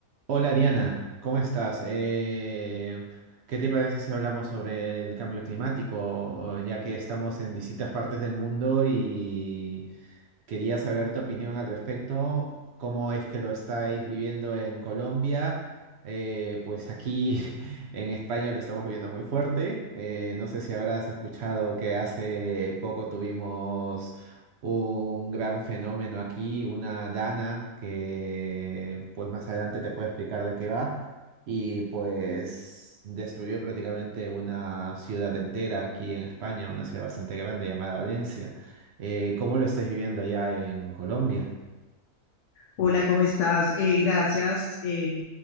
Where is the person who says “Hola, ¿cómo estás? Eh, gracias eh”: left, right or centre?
Left